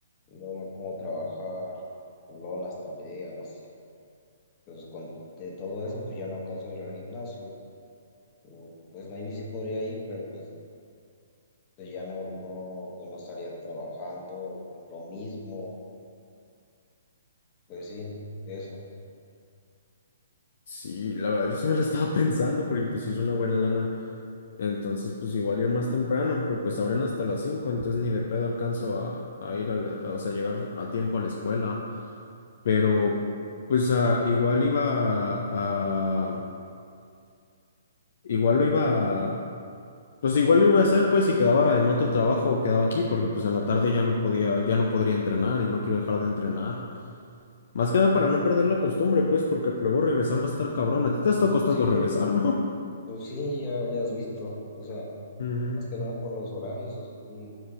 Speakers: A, on the left; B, on the left.
A: luego me pongo a trabajar, luego las tareas. Pues con de todo eso, pues ya no alcanzo a ir al gimnasio. O, pues maybe sí podría ir, pero pues, pues ya no, no, pues no estaría trabajando lo mismo. Pues sí, eso.
B: Sí, la verdad, yo sí me la estaba pensando porque pues sí es una buena lana. Entonces, pues igual ir más temprano, pero pues abren hasta las cinco entonces ni de pedo alcanzo a, a ir a, la- a, o sea, llegar a tiempo a la escuela. Pero pues ah, igual iba a, a- igual lo iba a, pues igual lo iba a hacer pues si quedaba en otro trabajo o quedaba aquí, porque pues en la tarde ya no podía, ya no podría entrenar y no quiero dejar de entrenar. Más que nada para no perder la costumbre, pues, porque luego regresar va a estar cabrón. A ti te está costando
A: Sí, pues.
B: regresar, ¿no?
A: Pues sí, ya, ya has visto, o sea,
B: Ujú.
A: más que nada por los horarios. o sea, mm,